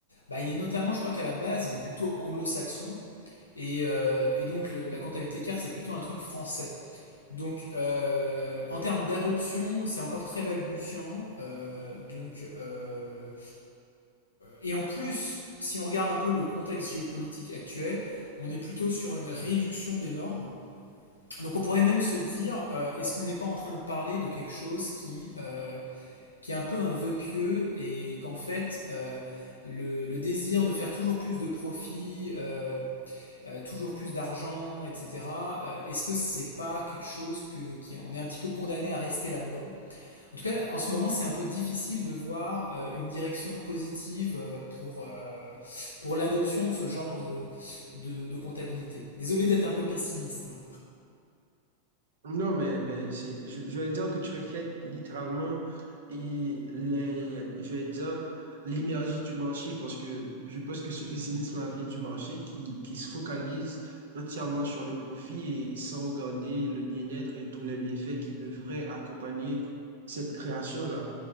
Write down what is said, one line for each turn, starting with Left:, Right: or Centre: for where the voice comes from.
Left: bah, il est notamment, je crois qu'à la base, il est plutôt anglo-saxon. Et, euh, et donc le- la comptabilité care, c'est plutôt un truc français. Donc, euh, en termes d'adoption, c'est encore très balbutiant. euh, donc, euh, et en plus, si on regarde un peu le contexte géopolitique actuel, on est plutôt sur une réduction des normes. Donc, on pourrait même se dire, euh, est-ce qu'on n'est pas en train de parler de quelque chose qui, euh, qui est un peu un vœu pieux et qu'en fait, euh, le, le désir de faire toujours plus de profit, euh, euh, toujours plus d'argent, etc. Euh, Est-ce que c'est pas quelque chose que qui, on est un petit peu condamné à rester là-dedans En tout cas, en ce moment, c'est un peu difficile de voir euh, une direction positive euh, pour, euh, pour l'adoption de ce genre de, de, de comptabilité. Désolé d'être un peu pessimiste. là.
Right: Non, mais, mais si, je, je vais dire que tu reflètes littéralement et les, je vais dire l'énergie du marché parce que je pense que ce pessimisme vient du marché qui, qui se focalise entièrement sur le profit et sans regarder le bien-être et tous les bienfaits qui devraient accompagner cette création-là.